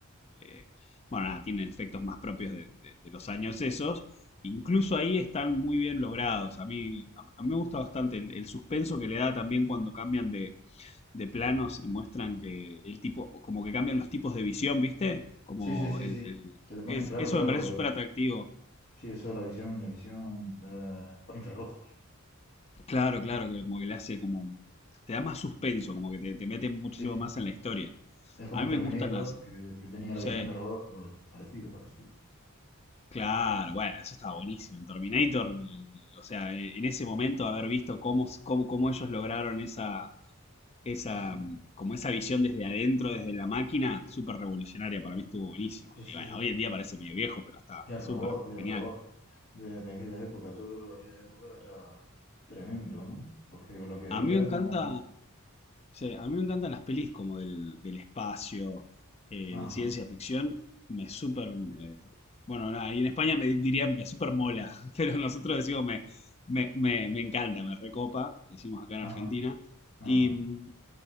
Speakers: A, on the left (about 30°); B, on the left (about 45°).
A: eh, bueno, nada, tienen efectos más propios de, de- de los años esos. Incluso ahí están muy bien logrados. A mí, a, a mí me gusta bastante el, el suspenso que le da también cuando cambian de, de planos y muestran que el tipo, como que cambian los tipos de visión, ¿viste? Como
B: Sí, sí, sí,
A: el,
B: sí.
A: el-
B: Que te ponen
A: es,
B: claro,
A: eso
B: claro.
A: me parece súper
B: eh,
A: atractivo.
B: Sí, eso de la visión, la visión eh, por infrarrojos.
A: Claro, claro, que como que le hace como un- te da más suspenso, como que te, te mete muchísimo
B: Sí, sí.
A: más en la historia.
B: Es como
A: A
B: en
A: mí
B: Terminator,
A: me gustan las,
B: que, que tenía
A: sí,
B: la visión de robot, pues parecido, parecido.
A: claro, bueno, eso estaba buenísimo. En Terminator, el- el- o sea, en ese momento haber visto cómo, cómo, cómo ellos lograron esa esa,
B: Sí, sí,
A: mm, como esa visión desde adentro, desde la máquina, súper revolucionaria, para mí estuvo buenísimo.
B: sí, sí,
A: Y bueno,
B: sí.
A: hoy en día parece medio viejo, pero está
B: Y el robot,
A: súper
B: y el
A: genial.
B: robot de, de aquella época, todo lo de aquella época era tremendo, ¿no? Porque con lo que
A: A
B: había
A: mí me encanta,
B: no...
A: sí, a mí me encantan las pelis como del, del espacio, eh,
B: Ajá,
A: de ciencia ficción, me súper, eh, bueno, nada, y en España me dirían me súper mola, <laughs> pero nosotros decimos me, me, me, me encanta, me recopa, decimos acá en
B: ajá,
A: Argentina.
B: ajá.
A: Y mm,